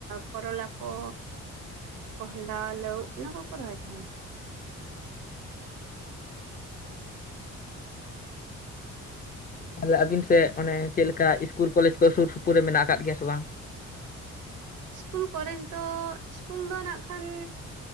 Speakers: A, on the right; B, on the left.
A: ᱠᱚᱨᱚᱞᱟ ᱠᱚ ᱠᱚᱦᱚᱰᱟ ᱞᱟᱹᱣ ᱚᱱᱟ ᱠᱚᱠᱚ ᱨᱚᱦᱚᱭ ᱛᱟᱦᱮᱱ᱾
B: ᱛᱟᱦᱚᱞᱮ ᱟᱵᱤᱱ ᱥᱮᱱ ᱚᱱᱮ ᱪᱮᱜ ᱞᱮᱠᱟ ᱤᱥᱠᱩᱞ ᱠᱚᱞᱮᱡᱽ ᱠᱚ ᱥᱩᱨ ᱥᱩᱯᱩᱨ ᱨᱮ ᱢᱮᱱᱟᱜ ᱟᱠᱟᱜ ᱜᱮᱭᱟ ᱥᱮ ᱵᱟᱝ?
A: ᱤᱥᱠᱩᱞ ᱠᱚᱞᱮᱡᱽ ᱫᱚ ᱥᱠᱩᱞ ᱫᱚ ᱱᱟᱜ ᱠᱷᱟᱱ